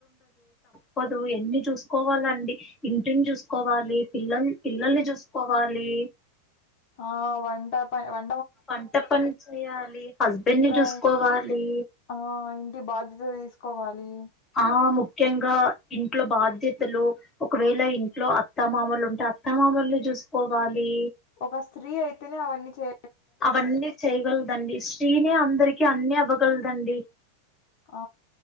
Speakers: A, on the left; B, on the left.
A: పోదు ఎన్ని చూసుకోవాలండి ఇంటిని చూసుకోవాలి పిల్లల్ పిల్లల్ని చూసుకోవాలి లీ
B: ఆ వంట పన్ వన్
A: వంట పని చేయాలి హస్బెండ్
B: ఇంకా
A: ని చూసుకోవాలి
B: ఆ ఇంటి బాధ్యత తీసుకోవాలి
A: ఆ ముఖ్యంగా ఇంట్లో బాధ్యతలు ఒకవేళ ఇంట్లో అత్తమామలు ఉంటే అత్తమా మల్ని చూసుకోవాలి
B: ఒక స్త్రీ అయితేనే అవన్నీ చే
A: అవన్నీ చేయగలదండి స్త్రీనే అందరికి అన్ని అవ్వగలదండి
B: ఆ